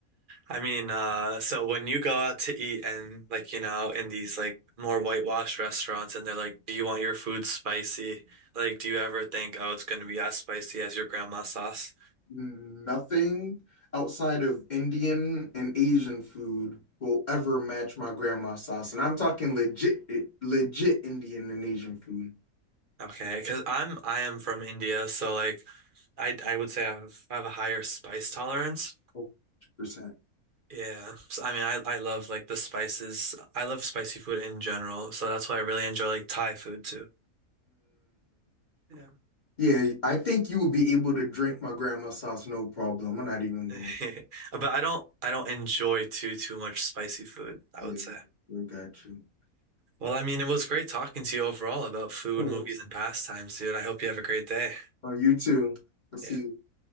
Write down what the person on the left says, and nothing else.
Nothing outside of Indian and Asian food will ever match my grandma's sauce. And I'm talking legit, legit Indian and Asian food,
100%.
Yeah, I think you will be able to drink my grandma's sauce, no problem. I'm not even
going.
Yeah,
we got you.
Oh,
you too. I'll see
you.